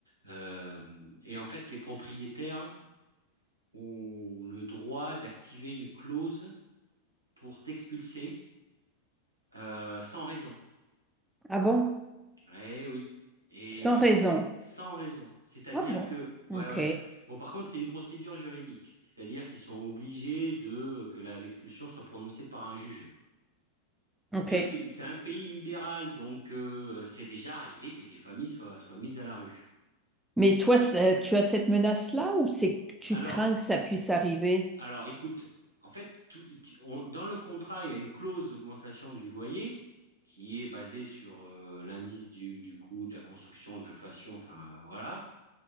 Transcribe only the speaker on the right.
Euh, et en fait, les propriétaires ont le droit d'activer une clause pour t'expulser euh, sans raison.
Eh oui. Et
euh,
sans raison. C'est-à-dire
que,
ouais, ouais. Bon, par contre, c'est une procédure juridique. C'est-à-dire qu'ils sont obligés de euh, que la- l'expulsion soit prononcée par un juge.
Le truc, c'est c'est un pays libéral, donc euh, c'est déjà arrivé que des familles soient, soient mises à la rue.
Alors,
alors, écoute, en fait, tout- tu- on- dans le contrat, il y a une clause d'augmentation du loyer qui est basée sur euh, l'indice du, du coût de la construction, de l'inflation, enfin voilà.